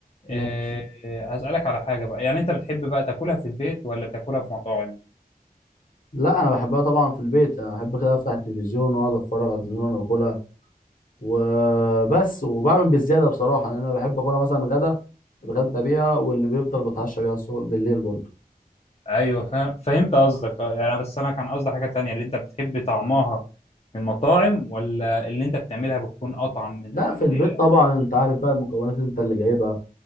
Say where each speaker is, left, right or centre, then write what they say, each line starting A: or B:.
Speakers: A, on the left; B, on the left.
A: ماشي
B: إيه، هسألك على حاجة بقى يعني أنت بتحب بقى تاكلها في البيت ولا بتاكلها في مطاعم؟
A: لا انا بحبها طبعا في البيت انا بحب كده افتح التلفزيون واقعد اتفرج على التلفزيون وانا باكلها وبس وبعمل بالزيادة بصراحة لان انا بحب اكلها مثلا غدا اتغدى بيها واللي بيفضل بتعشى بيها الصبح بالليل برضه
B: ايوه فاهم فهمت قصدك اه يعني بس انا كان قصدي حاجه تانية اللي انت بتحب طعمها من المطاعم ولا اللي انت بتعملها بتكون اطعم من
A: لا
B: اللي
A: في البيت طبعا انت عارف بقى المكونات انت اللي جايبها